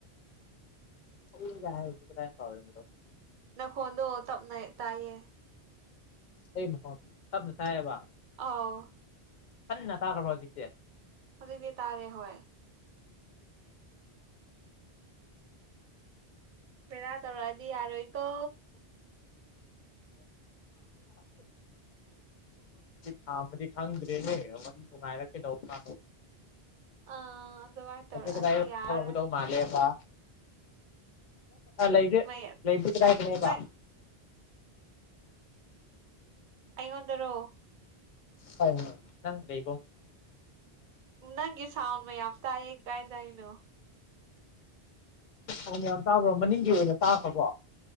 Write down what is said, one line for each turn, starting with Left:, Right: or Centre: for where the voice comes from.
Left: ꯦ ꯍꯥꯏꯥꯏ ꯄꯥꯎꯦ
Right: ꯅ ꯈꯣꯡꯗꯣ ꯇꯞ ꯅ ꯇꯏꯌꯦ
Left: ꯑꯩ ꯃꯍꯣ ꯇꯞꯅ ꯇꯥꯏꯌꯦꯕ
Right: ꯑꯥꯎ
Left: ꯀꯟꯅ ꯇꯥꯈ꯭ꯔꯕꯣ ꯍꯧꯖꯤꯛꯇꯤ
Right: ꯑꯗꯨꯖꯤꯒꯤ ꯇꯥꯔꯦ ꯍꯣꯏ ꯕꯦꯔꯥ ꯇꯧꯔꯛꯑꯗꯤ ꯌꯥꯔꯣꯏꯀꯣ
Left: ꯈꯥꯝꯕꯗꯤ ꯈꯪꯗ꯭ꯔꯦꯅꯦꯦ ꯅꯨꯡꯉꯥꯏꯔ ꯀꯩꯗꯧꯕ
Right: ꯑꯥ ꯑꯗꯨꯃꯥꯏꯅ ꯇꯧꯔꯛꯑꯗꯤ
Left: ꯀꯗꯥꯏ
Right: ꯌꯥꯔꯔꯣꯏ
Left: ꯊꯔꯝꯒꯗꯧꯕ ꯃꯥꯜꯂꯦꯕ ꯂꯩꯗ
Right: ꯃꯩ
Left: ꯂꯩ ꯀꯗꯥ ꯀꯅꯦꯕ
Right: ꯅꯪ
Left: ꯍꯗ
Right: ꯑꯩꯉꯣꯟꯗꯔꯣ
Left: ꯍꯣꯏ ꯍꯣꯏ ꯅꯪ ꯂꯩ
Right: ꯅꯪꯒꯤ ꯁꯥꯎꯟ ꯃꯌꯥꯝ ꯇꯥꯏꯌꯦ ꯀꯥꯏꯗꯏꯅꯣ
Left: ꯥꯎ ꯌꯥꯝ ꯇꯥꯕ꯭ꯔꯣ ꯃꯅꯤꯡꯒꯤ ꯑꯣꯏꯅ ꯇꯥꯈ꯭ꯔꯕꯣ